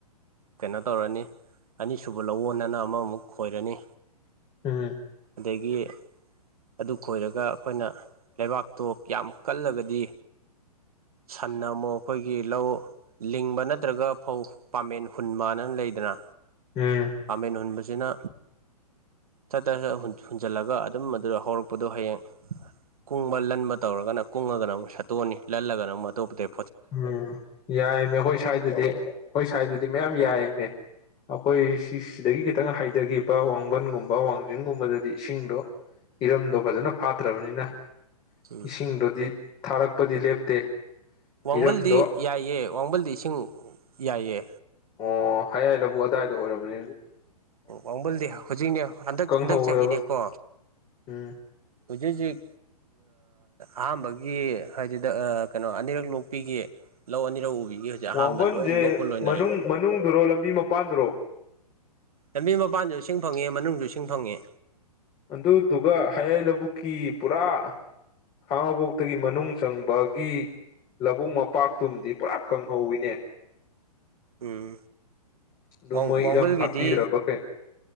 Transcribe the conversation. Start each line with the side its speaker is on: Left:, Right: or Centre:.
Right: ꯀꯩꯅꯣ ꯇꯧꯔꯅꯤ ꯑꯅꯤꯁꯨꯕ ꯂꯧꯋꯣꯟꯅ ꯑꯃꯃꯨꯛ ꯈꯣꯏꯔꯅꯤ
Left: ꯎꯝ
Right: ꯑꯗꯒꯤ ꯑꯗꯨ ꯈꯣꯏꯔꯒ ꯑꯩꯈꯣꯏꯅ ꯂꯩꯕꯥꯛꯇꯣ ꯌꯥꯝ ꯀꯜꯂꯒꯗꯤ ꯁꯟꯅꯃꯨꯛ ꯑꯩꯈꯣꯏꯒꯤ ꯂꯧ ꯂꯤꯡꯕ ꯅꯠꯇ꯭ꯔꯒ ꯐꯧ ꯄꯥꯃꯦꯟ ꯍꯨꯟꯕꯅ ꯂꯩꯗꯅ
Left: ꯎꯝ
Right: ꯄꯥꯃꯦꯟ ꯍꯨꯟꯕꯁꯤꯅ ꯁꯠ ꯆꯠ ꯁ ꯍꯨꯟꯖꯜꯂꯒ ꯑꯗꯨꯝ ꯑꯗꯨꯗ ꯍꯧꯔꯛꯄꯗꯣ ꯍꯌꯦꯡ ꯀꯨꯡꯕ ꯂꯟꯕ ꯇꯧꯔꯒ ꯀꯨꯡꯉꯒ ꯑꯃꯨꯛ ꯁꯠꯇꯣꯛꯑꯅꯤ ꯂꯜꯂꯒ ꯑꯃꯨꯛ ꯑꯇꯣꯞ ꯄꯗꯩ
Left: ꯎꯝ ꯌꯥꯏꯌꯦꯃꯦ ꯑꯩꯈꯣꯏ ꯁꯥꯏꯗꯗꯤ ꯑꯩꯈꯣꯏ ꯁꯥꯏꯗꯗꯤ ꯃꯌꯥꯝ ꯌꯥꯏꯌꯦꯃꯦ ꯑꯩꯈꯣꯏ ꯁꯤ ꯁꯤꯗꯒꯤ ꯈꯤꯇꯪ ꯍꯥꯏꯗꯒꯤꯕ ꯋꯥꯡꯕꯟꯒꯨꯝꯕ ꯋꯥꯡꯖꯤꯡꯒꯨꯝꯕꯗꯗꯤ ꯏꯁꯤꯡꯗꯣ ꯏꯔꯝꯗꯣ ꯐꯖꯅ ꯐꯥꯠꯇ꯭ꯔꯕꯅꯤꯅ
Right: ꯎꯝ
Left: ꯏꯁꯤꯡꯗꯨꯗꯤ ꯊꯥꯔꯛꯄꯗꯤ ꯂꯦꯞꯇꯦ
Right: ꯋꯥꯡꯕꯜꯗꯤ
Left: ꯏꯔꯝꯗꯣ
Right: ꯌꯥꯏꯌꯦ ꯋꯥꯡꯕꯜꯗꯤ ꯏꯁꯤꯡ ꯌꯥꯏꯌꯦ
Left: ꯑꯣ ꯍꯌꯥꯏ ꯂꯕꯨꯨꯛ ꯑꯗꯥꯏꯗ ꯑꯣꯏꯔꯝꯃꯅꯤ ꯑꯗꯨꯗꯤ
Right: ꯑꯣ ꯋꯥꯡꯃꯜꯗꯤ ꯍꯧꯖꯤꯛꯅꯦ ꯍꯟꯗꯛ
Left: ꯀꯪꯍꯧꯋꯦꯕ
Right: ꯍꯟꯗꯛ ꯆꯍꯤꯅꯦꯀꯣ
Left: ꯎꯝ
Right: ꯍꯧꯖꯤꯛ ꯍꯧꯖꯤꯛ ꯑꯍꯥꯥꯟꯕꯒꯤ ꯍꯥꯏꯖꯤꯗ ꯀꯩꯅꯣ ꯑꯅꯤꯔꯛ ꯂꯣꯛꯄꯤꯒꯤ ꯂꯧ ꯑꯅꯤꯔꯛ ꯎꯕꯤꯒꯤ ꯍꯧꯖꯤꯛ ꯑꯍꯥꯟꯕ
Left: ꯋꯥꯡꯕꯟꯖꯦ
Right: ꯂꯣꯏ ꯂꯣꯛꯄ ꯂꯣꯏꯅꯔꯦꯕ
Left: ꯃꯅꯨꯡ ꯃꯅꯨꯡꯗꯨꯔꯣ ꯂꯝꯕꯤ ꯃꯄꯥꯟꯗꯨꯔꯣ
Right: ꯂꯝꯕꯤ ꯃꯄꯥꯟꯖꯨ ꯏꯁꯤꯡ ꯐꯪꯉꯦ ꯃꯅꯨꯡꯖꯨ ꯏꯁꯤꯡ ꯐꯪꯉꯦ
Left: ꯑꯗꯨꯗꯨꯒ ꯍꯌꯥꯏ ꯂꯕꯨꯛꯀꯤ ꯄꯨꯔꯥ ꯈꯉꯥꯕꫭꯛꯇꯒꯤ ꯃꯅꯨꯡ ꯆꯪꯕꯒꯤ ꯂꯕꯨꯛ ꯃꯄꯥꯛꯇꯨꯨꯝꯗꯤ ꯄꯨꯔꯥ ꯀꯪꯍꯧꯋꯤꯅꯦ
Right: ꯎꯝ
Left: ꯑꯗꯨ
Right: ꯋꯥꯎ
Left: ꯃꯣꯏ
Right: ꯋꯥꯎꯃꯜꯒꯤꯗꯤ
Left: ꯏꯔꯝ ꯐꯥꯠꯄꯤꯗ꯭ꯔꯕ ꯀꯩꯅꯣ